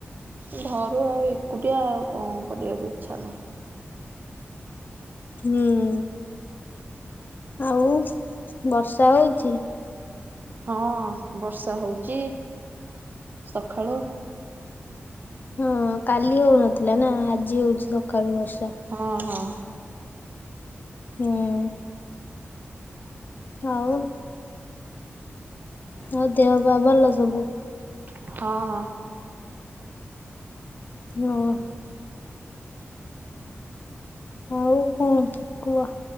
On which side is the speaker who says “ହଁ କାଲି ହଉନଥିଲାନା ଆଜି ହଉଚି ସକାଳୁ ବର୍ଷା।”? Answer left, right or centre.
Left